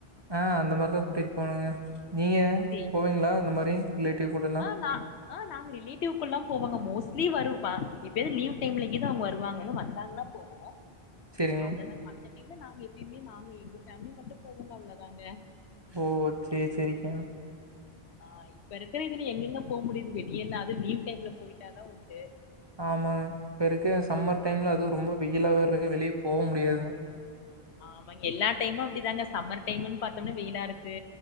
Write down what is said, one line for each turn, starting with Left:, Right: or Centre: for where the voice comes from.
Right: ஆ அந்த மார்தா கூட்டியிட் போணுங்க நீங்க
Left: சேரி
Right: போவீங்ளா இந்த மாரி ரிலேட்டிவ் கூடல்லா
Left: ஆ நா ஆ நாங்க ரிலேட்டிவ்குல்லா போவாங்க மோஸ்ட்லி வரு வ எப்பயாது லீவ் டைம்ல கீத அவ்ங்க வருவாங்க வந்தாங்கன்னா போவ்
Right: செரிங்க
Left: அவ்ளோதாங்க மத்த டைம்ல நாங்க எப்பயுமே நாங்க எங்க ஃபேமிலி மட்டு போவோங்க அவ்ளோதாங்க
Right: ஓ சேரி சேரிக்யா
Left: ஆ இப்ப இருக்கிற இதுல எங்கெங்க போ முடியுது வெளியல்ல அது லீவ் டைம்ல போயிட்டாதா உண்டு
Right: ஆமாங்க இப்ப இருக்க சம்மர் டைம்ல அது ரொம்ப வெயிலா வேற இருக்கு வெளியே போ முடியாதுங்க
Left: ஆமாங்க எல்லா டைமு அப்டிதாங்க சம்மர் டைம்ன் பாத்தம்னா வெயிலா இருக்கு